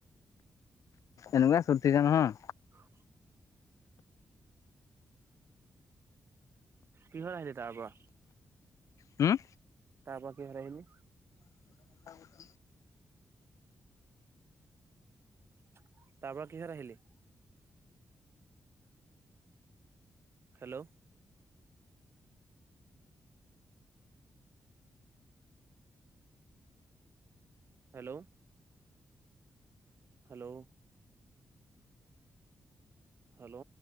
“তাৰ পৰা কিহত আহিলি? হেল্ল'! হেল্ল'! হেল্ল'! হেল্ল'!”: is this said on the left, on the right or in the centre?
Right